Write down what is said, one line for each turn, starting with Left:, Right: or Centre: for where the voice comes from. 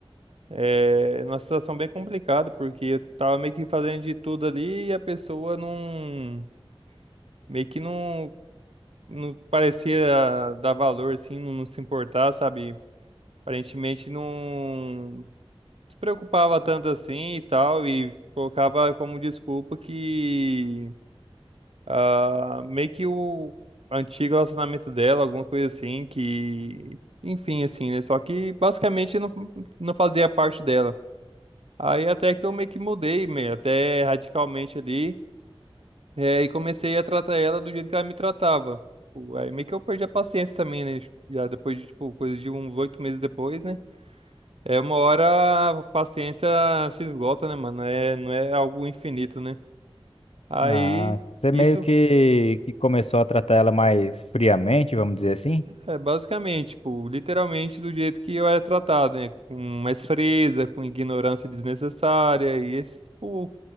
Right: eh, numa situação bem complicada, porque eu tava meio que fazendo de tudo ali e a pessoa não, meio que não, não parecia dar valor, assim, não, não se importar, sabe? Aparentemente não se preocupava tanto assim e tal, e colocava como desculpa que ah, meio que o antigo relacionamento dela, alguma coisa assim, que. Enfim, assim, né? Só que basicamente não, não fazia parte dela. Aí até que eu meio que mudei, meio, até radicalmente ali. é, e comecei a tratar ela do jeito que ela me tratava. Tipo, Aí meio que eu perdi a paciência também, né? Já depois de, tipo, coisa de uns oito meses depois, né? É uma hora a paciência se esgota, né, mano? É, não é algo infinito, né? Aí.
Left: Ah, você meio
Right: Isso
Left: que, que começou a tratar ela mais friamente, vamos dizer assim?
Right: É, basicamente, tipo, literalmente do jeito que eu era tratado, né? Com mais freza, com ignorância desnecessária e esse, tipo,